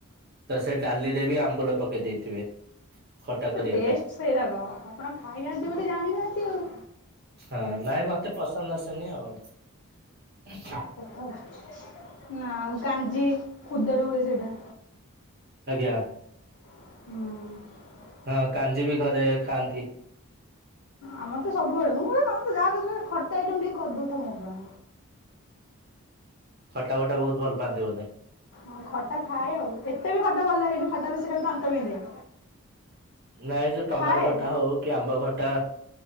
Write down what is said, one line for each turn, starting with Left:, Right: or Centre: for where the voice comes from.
Right: ତ ସେ ଡାଲିରେ ବି ଆମ୍ବୁଲ ପକେଇ ଦେଇଥିବେ। ଖଟା କରିବା
Left: ଟେଷ୍ଟ
Right: ପାଇଁ
Left: ସେଇରାକ ଆପଣ ଖାଇନାହାନ୍ତି ବୋଲି ଜାଣିନାହାନ୍ତି ଆଉ।
Right: ହଁ ନାଇଁ ମତେ ପସନ୍ଦ ଆସେନି ଆଉ।
Left: <inaudible> ନା ଆଉ କାଞ୍ଜି ଖୁଦରେ ହୁଏ ସେଇଟା।
Right: ଆଜ୍ଞା।
Left: ହଁ।
Right: ହଁ କାଞ୍ଜି ବି ଘରେ ଖାଆନ୍ତି।
Left: ଆମର ତ ସବୁବେଳେ ମୁଁ ମୋ ମାମା କୁ ଯାହା କରୁଛୁ କରେ ଖଟା ଆଇଟମ ଟିକେ କରିଦଉଥା ମୋ ପାଇଁ।
Right: ଖଟା ଫଟା ବହୁତ ଭଲ ପାଆନ୍ତି ବୋଧେ?
Left: ହଁ ଖଟା ଖାଏ ଆଉ ଏତେ ବି ଖଟା ଭଲ ଲାଗେନି ଖଟା ବେଶୀ ଖାଇଲେ ଦାନ୍ତ ବିନ୍ଧେ।
Right: ନାଇଁ ଯେ ଟମାଟୋ
Left: ଖାଏ।
Right: ଖଟା ହଉ କି ଆମ୍ବ ଖଟା